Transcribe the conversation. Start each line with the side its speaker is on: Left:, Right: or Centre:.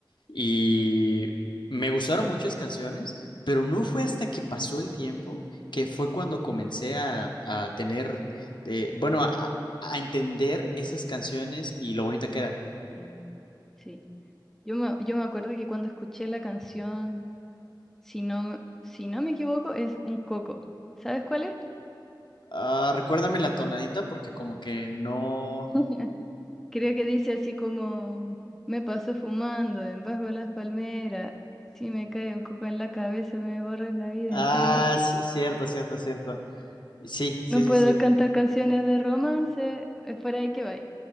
Left: y me gustaron muchas canciones, pero no fue hasta que pasó el tiempo que fue cuando comencé a, a tener, eh, bueno, a, a entender esas canciones y lo bonita que eran.
Centre: Sí, sí. Yo me, yo me acuerdo que cuando escuché la canción, si no, me- si no me equivoco, es Un Coco. ¿Sabes cuál es?
Left: Ah, recuérdame la tonadita porque como que no...
Centre: <laughs> Creo que dice así como, me paso fumando en bajo las palmeras, si me cae un coco en la cabeza me borra la vida
Left: Ah,
Centre: entera.
Left: ci- cierto, cierto, cierto. Sí, sí,
Centre: No
Left: sí,
Centre: puedo
Left: sí.
Centre: cantar canciones de romance, es por ahí que va.